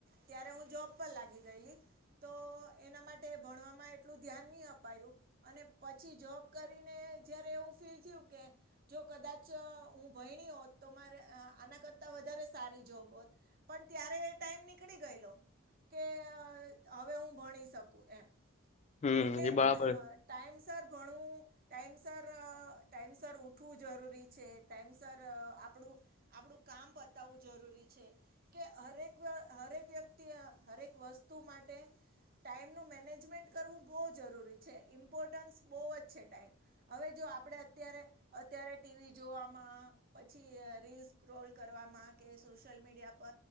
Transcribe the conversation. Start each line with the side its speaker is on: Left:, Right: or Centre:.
Right: ત્યારે હું જોબ પર લાગી. ગયેલી તો એના માટે ભણવામાં એટલું ધ્યાન ની અપાયું. અને પછી જોબ કરીને જયારે એવું ફીલ થયું કે જો કદાચ હું ભયણી હોત તો મારે આ આના કરતા વધારે સારી જોબ હોત. પણ ત્યારે એ ટાઈમ નીકળી ગયેલો કે હવે હું ભણી શકું એમ
Left: હમ
Right: એટલે
Left: એ બરાબર
Right: હ ટાઈમ સર ઘણું ટાઈમ સર ટાઈમ સર ઉઠવું જરૂરી છે ટાઈમ સર આપણું આપણું કામ બતાવવું જરૂરી છે કે હરેક હરેક વ્યક્ત તિ હરેક વસ્તુ માટે ટાઈમનું મેૅનેજમેન્ટ કરવું બહુ જરૂરી છે ઇમ્પોર્ટન્સ બહુ જ છે ટાઈમ હવે જો આપણેે અત્યારે અત્યારે ટીવી જોવામાં પછી રીલ્સ ક્રોલ કરવામાં કે સોશિયલ મીડિયા પર